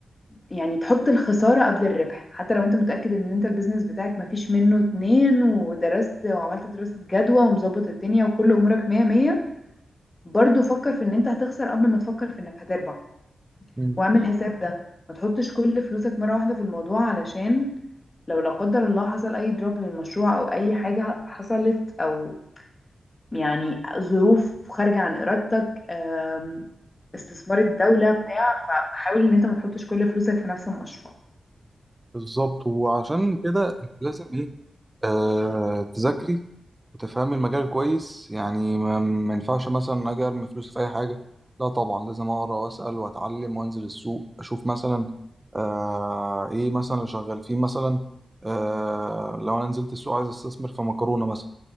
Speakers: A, on the left (about 30°); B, on the right (about 20°).
A: يعني تحط الخسارة قبل الربح حتى لو انت متأكد ان انت البيزنس بتاعك مفيش منه اتنين ودرست وعملت دراسة جدوى ومظبط الدنيا وكل امورك مية مية برضو فكر في ان انت هتخسر قبل ما تفكر في انك هتربح
B: مم.
A: واعمل حساب ده ما تحطش كل فلوسك مرة واحدة في الموضوع علشان لو لا قدر الله حصل اي دروب للمشروع او اي حاجة حصلت او يعني ظروف خارجة عن ارادتك آم، استثمار الدولة بتاع فحاول ان انت ما تحطش كل فلوسك في نفس المشروع
B: بالظبط وعشان كده انت لازم ايه آه تذاكري وتفهم المجال كويس يعني ما ما ينفعش مثلا اجي ارمي فلوسي في اي حاجه لا طبعا لازم اقرا واسال واتعلم وانزل السوق اشوف مثلا آه ايه مثلا اللي شغال فيه مثلا آه لو انا نزلت السوق عايز استثمر في مكرونه مثلا